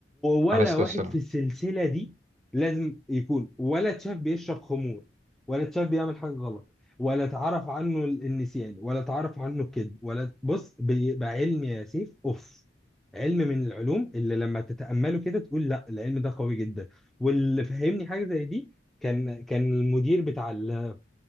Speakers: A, in the centre; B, on the right.
A: ولا
B: عليه الصلاه
A: واحد
B: والسلام
A: في السلسلة دي لازم يكون ولا اتشاف بيشرب خمور ولا اتشاف بيعمل حاجة غلط ولا اتعرف عنه ال- النسيان ولا اتعرف عنه الكذب ولا بص بيبقى علم يا سيف اوف علم من العلوم اللي لما تتأمله كده تقول لا العلم ده قوي جدا واللي فهمني حاجة زي دي كان كان المدير بتاع ال...